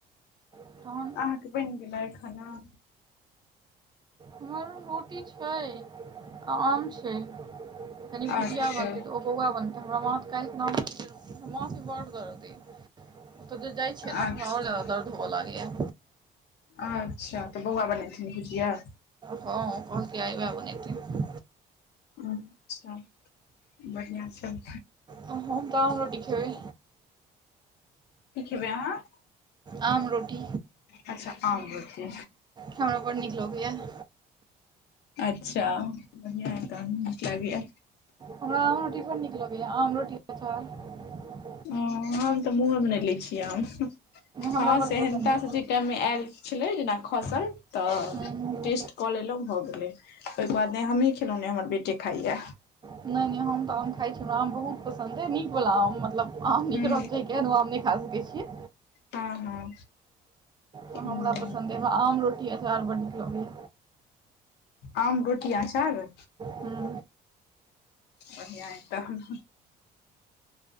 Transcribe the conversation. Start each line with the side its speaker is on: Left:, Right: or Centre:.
Right: हां। फोन
Left: अहाँके बनि गेलै खाना
Right: हमर रोटी छै आ आम छै। कनि भुजिया
Left: अच्छा
Right: बनतै तऽ ओ बौअवा बनतै हमरा माथ काएल खुना <unintelligible> हमरा माथ मे बड दर्द अय। कतो त जाय छिये नै
Left: अच्छा
Right: त हमरा और जादा दर्द होवा लागैया।
Left: अच्छा तऽ बौअवा बनैथिन भुजिया।
Right: हां कहलकै आय उहाए बनेतै।
Left: अच्छा बढ़ियाँ छन।
Right: हम ते आम रोटी खेबै।
Left: की खेबै अहाँ।
Right: आम रोटी,
Left: अच्छा आम रोटी
Right: हमरा बड़ नीक लगैया। <inaudible>
Left: अच्छा बढ़ियाँ या तहन नीक लागै या।
Right: हमरा आम रोटी बड़ नीक लगैया, आम रोटी <unintelligible>
Left: हॅं हम तऽ मुँहे मे नहि लै छियै आम।
Right: हमरा
Left: हँ
Right: बड़
Left: सेहनता
Right: पसन्द अइ
Left: से जै टाइम मे आयल छलै, जेना खसल तऽ
Right: हूँ
Left: टेस्ट कऽ लेलहुँ भऽ गेलै ओहिके बाद ने हमहीं खेलौॅं नहि हमर बेटे खाइये।
Right: नहि नहि हम तऽ आम खाइ छी हमरा आम बहुत पसन्द अइ नीक वला आम मतलब आम नीक
Left: हूँ
Right: रहतै केहनो आम नहि खा सकै छियै।
Left: हँ हँ
Right: हॅं
Left: हूँ
Right: हमरा पसन्द अइ हमरा आम रोटी अचार बड नीक लगैये।
Left: आ रोटी अचार,
Right: हूँ
Left: बढ़िआं ऐ तहन।